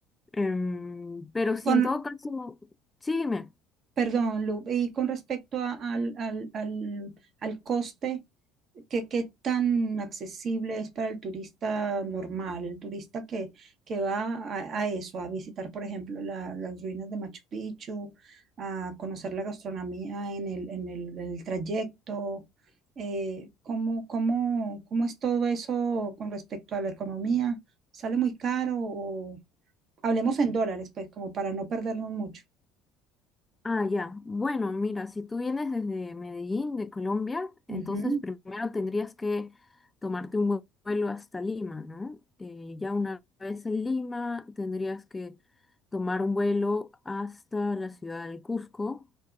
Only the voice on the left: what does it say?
Em, pero
si
en todo caso, sígueme.
Ah, ya. Bueno, mira, si tú vienes desde Medellín, de Colombia, entonces
primero tendrías que tomarte un vue- vuelo hasta Lima, ¿no? Eh, ya una vez en Lima, tendrías que tomar un vuelo hasta la ciudad del Cusco.